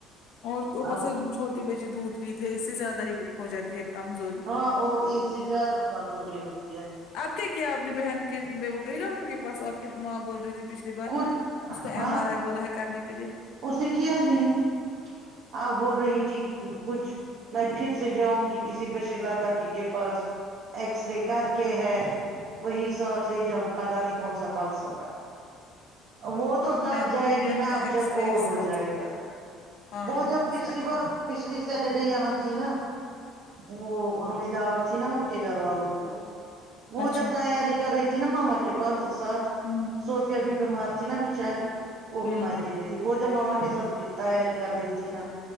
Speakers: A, on the left (about 60°); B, on the right (about 55°).
A: اور اوپر
B: اب
A: سے چھوٹی بچی دودھ پیتے ہے اس سے زیادہ ہی ہو جاتی ہے کمزوری
B: ہاں اور اس سے زیادہ کمزوری ہوتی ہے
A: اب کے کیا اپنی بہن کے وہ گئی ڈاکر کے پس آپ کی ماں بول رہی تھی پچھلی پچھلی بار
B: کچھ
A: اس کو ایم
B: ہاں
A: آر آئی بولا ہے کرنے کے لیے
B: اس نے کیا ہی نہیں آپ بول رہی تھی کہ کچھ پھر سے جاؤں گی کسی بشیر لڈاکی کے پاس ایکس رے کر کے ہے وہی سونتلی پتا نہیں کون سا فل سفا ہے وہ تو تب
A: میں نے
B: جائے
A: بھی لیا
B: گی نا
A: تھا
B: اب
A: ایکس
B: جب
A: رے
B: اور
A: ساتھ
B: ہو جائے گا
A: ہاں
B: وہ جب پچھلی
A: سچ
B: بار
A: میں
B: پچھلی سیٹرڈے یہاں تھی نا وہ ہمیں دعوت تھی نا ان گھر والوں کو وہ
A: اچھا
B: جب تیاری کر رہی تھی نا ماما کے پاس ساتھ
A: ہوں
B: سو تب ہی بیمار تھی نہ بیچاری وہ بھی
A: ہوں
B: مائکے میں ت وہ جب ماما کے ساتھ تیاری کر رہی تھی نا